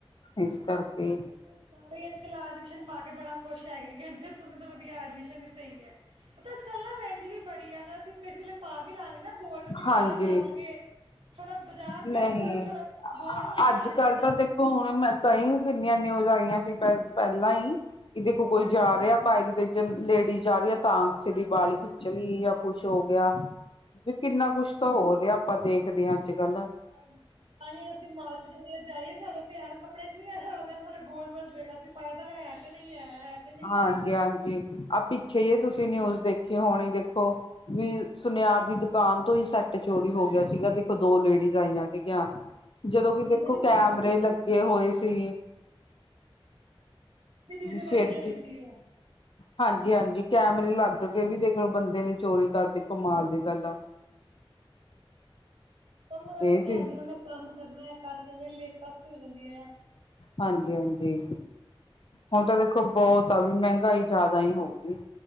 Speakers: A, on the left; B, on the right.
A: ਇਸ ਕਰਕੇ
B: ਸਾਰੇ ਅੱਜ ਕਲ ਆਰਟੀਫਿਸ਼ਲ ਪਾ ਕੇ ਬੜਾ ਖੁਸ਼ ਹੈਗੇ ਕਹਿੰਦੇ ਸੋਨੇ ਤੋਂ ਵਧੀਆ ਆਰਟੀਫਿਸ਼ਲ ਹੀ ਸਹੀ ਹੈ ਪਤਾ ਅੱਜ ਕੱਲ੍ਹ ਨਾ ਵੇਜ ਵੀ ਬੜੀ ਹੈਗਾ ਅਸੀਂ ਕਿਸੇ ਵੇਲੇ ਪਾ ਵੀ ਲਾਾਂਗੇ ਨਾ ਗੋਲਡ, ਅਸੀਂ
A: ਹਾਂਜੀ
B: ਬਾਹਰ ਜਾਵਾਂਗੇ ਥੋੜਾ ਬਾਜ਼ਾਰ
A: ਨਹੀਂ
B: ਧਿਆਨ, ਥੋੜਾ- ਗੋਲਡ ਵੱਲ ਧਿਆਨ
A: ਅੱਜ ਕੱਲ
B: ਰਹੇਗਾ
A: ਤਾਂ ਦੇਖੋ ਹੁਣ ਮੈਂ ਤਾਂ ਹੀ ਕਿੰਨੀਆਂ ਨਿਊਜ਼ ਆਈਆਂ ਸੀ ਪ ਪਹਿਲਾਂ ਹੀ ਕਿ ਦੇਖੋ ਕੋਈ
B: ਹਾਂਜੀ
A: ਜਾ ਰਿਹਾ ਬਾਈਕ ਦੇ ਜ ਲੇਡੀ ਜਾ ਰਹੀ ਹੈ ਤਾਂ ਕਿਸੇ ਦੀ ਬਾਲੀ ਖਿੱਚ ਲਈ ਜਾਂ ਕੁਛ ਹੋ ਗਿਆ। ਵੀ ਕਿੰਨਾ ਕੁਛ ਤਾਂ ਹੋਰ ਰਿਹਾ ਆਪਾਂ ਦੇਖਦੇ ਹਾਂ ਅੱਜ ਕੱਲ
B: ਹਾਂਜੀ। ਤਾਂਸੀਂ ਅਸੀਂ ਮਾਰਕੀਟ ਵਗੈਰਾ ਜਾਈਏ ਸਾਡੇ ਧਿਆਨ ਕੱਪੜਿਆ ਵਿਚ ਨੀ ਰਹੇਗਾ ਸਾਡੇ ਗੋਲਡ ਵਲ ਰਏਗਾ। ਪਾਇਆ ਤਾਂ ਹੈ ਕਿ ਨਹੀਂ ਹੈ ਹੈ ਕਿ ਨਹੀਂ
A: ਹਾਂਜੀ
B: ਹੈ
A: ਹਾਂਜੀ, ਆਪ ਪਿੱਛੇ ਹੀ ਹੈ ਤੁਸੀਂ ਨਿਊਜ਼ ਦੇਖ ਖੀ ਹਣੀ ਦੇਖੋ ਵੀ ਸੁਨਿਆਰ ਦੀ ਦੁਕਾਨ ਤੋਂ ਹੀ ਸੈੱਟ ਚੋਰੀ ਹੋ ਗਿਆ ਸੀਗਾ- ਦੋ ਲੇਡੀਜ਼ ਆਈਆਂ ਸੀਗੀਆਂ। ਜਦੋਂ ਕਿ
B: ਹਾਂਜੀ
A: ਦੇਖੋ
B: ਬੜੀ
A: ਕੈਮਰੇ
B: ਵੀਡੀਓ
A: ਲੱ ਗੇ ਹੋਏ ਸੀ।
B: ਬੜੀ ਵੀਡੀਓ
A: ਫਿਰ
B: ਵਾਇਰਲ ਹੋਈ ਸੀ ਉਹ
A: ਹਾਂਜੀ ਹਾਂਜੀ ਕੈਮਰੇ ਲੱਗ ਕੇ ਵੀ ਦੇਖ ਲਓ ਬੰਦੇ ਨੇ ਚੋਰੀ ਕਰ ਲਈ ਕਮਾਲ ਦੀ ਗਲ ਆ-
B: ਕੰਮ ਵਗੈਰਾ
A: ਇਹ
B: ਵੀ ਨੀ
A: ਸੀ
B: ਆਉਂਦੀ ਉਹ ਨੇ ਕੰਮ ਕੱਰਨਾ ਆ ਕਰ ਕੇ ਵੇਲੇ ਇੱਕ ਪਾਸੇ ਹੋ ਜਾਂਦੀਆਂ।
A: ਹਾਂਜੀ ਹਾਂਜੀ। ਹੁਣ ਤਾਂ ਦੇਖੋ ਬਹੁਤ ਤਾਂ ਵੀ ਮਹਿੰਗਾਈ ਜ਼ਿਆਦਾ ਹੀ ਹੋਊਗੀ,